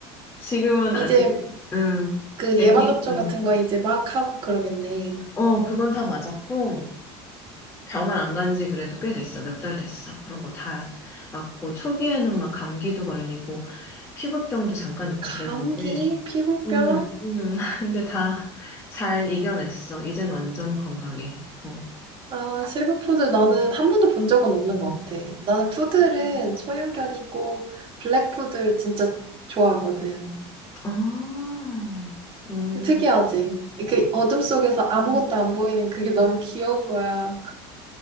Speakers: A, on the left (about 20°); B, on the right (about 40°).
A: 지금은
B: 이제
A: 아직, 응,
B: 그
A: 애기,
B: 예방 접종
A: 응.
B: 같은 거 이제 막 하고 그러겠네.
A: 어, 그건 다 맞았고, 병원 안 간지 그래도 꽤 됐어. 몇 달 됐어. 그런 거 다 맞고, 초기에는 막 감기도 걸리고, 피부병도 잠깐 있고
B: 감기,
A: 그랬는데,
B: 피부병?
A: 음, 음. <laughs> 근데 다 잘 이겨냈어. 이젠 완전 건강해. 어.
B: 아, 실버푸드 나는
A: 음.
B: 한 번도 본 적은 없는 것 같아. 나는 푸들은
A: 음.
B: 소형견이고 블랙푸들 진짜 좋아하거든.
A: 아, 음,
B: 특이하지? 그 어둠 속에서 아무것도
A: 음.
B: 안 보이는 그게 너무 귀여운 거야.